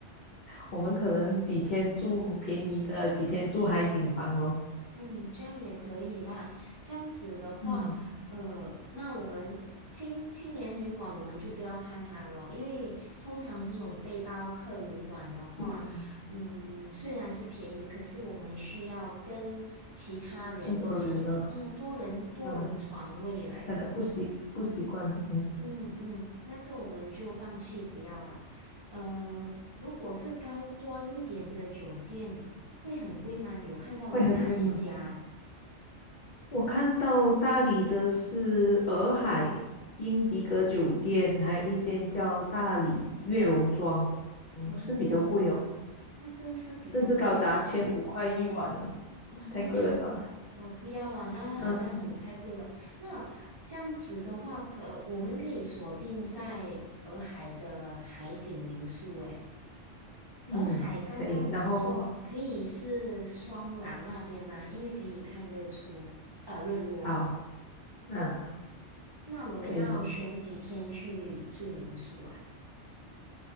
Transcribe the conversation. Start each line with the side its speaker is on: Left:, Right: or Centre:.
Left: 我们可能几天住便宜的，几天住海景房咯。
Right: 嗯，这样也可以啦。这样子的话，
Left: 嗯
Right: 呃，那我们青青年旅馆我们就不要看它咯，因为通常这种背包客旅馆的话，
Left: 嗯，
Right: 嗯，虽然是便宜，可是我们需要跟其他人一起的，
Left: 很多人呢
Right: 嗯，多人多人床位来的，
Left: 啊，可能不习不习惯，嗯，
Right: 嗯嗯，那个我们就放弃不要吧。呃，如果是高端一点的酒店，会很贵吗？你有看到有哪几家啊
Left: 会很贵吗？我看到大理的是洱海英迪格酒店，还有一间叫大理悦榕庄，嗯，
Right: 哦，
Left: 是比较贵哦，
Right: 那个是比较贵啦，
Left: 甚至高达千五块一晚了，
Right: 哇，那就我不要了，
Left: 太贵了吧？
Right: 那好像很太贵了。
Left: 嗯
Right: 那这样子的话，可我们可以锁定在洱海的海景民宿。诶，
Left: 嗯，
Right: 洱海刚刚我们说可以是双廊那边吗？
Left: 可以。然后
Right: 因为可以看日出，呃，日落。
Left: 好，那、
Right: 那我们要选几天去住民宿啊？
Left: 可以，